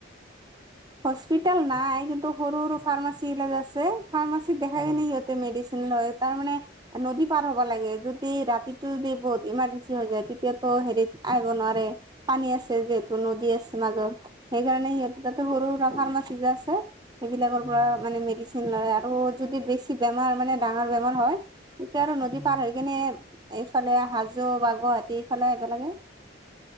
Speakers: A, on the right; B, on the left.
A: হস্পিটেল
B: হচ
A: নাই কিন্তু সৰু সৰু ফাৰ্মাচী বিলাক আছে ফাৰ্মাচিত দেখাই
B: উম,
A: কিনে সহঁতে মেডি তাৰ মে নদী পাৰ হ'ব লাগে যদি ৰাতিটো যদি বহুত ইমাৰ্জেঞ্চি হৈ যায় তেতিয়া হেৰিত আহিব নোৱাৰে পানী আছে। যিহেতু নদী আছে মাজত সেইকাৰণে সিহঁতি তাতে সৰু সুৰা ফাৰ্মাচী যে আছে সেইবিলাকৰ
B: উম,
A: পৰা মানে মেডিচিন লয় আৰু যদি বেছি বেমাৰ মানে ডাঙৰ বেমাৰ হয় তেতিয়া আৰু নদী
B: উম, হুম,
A: পাৰ হৈ কিনে এইফালে হাজো বা গুৱাহাটী এইফালে এইবেলাগে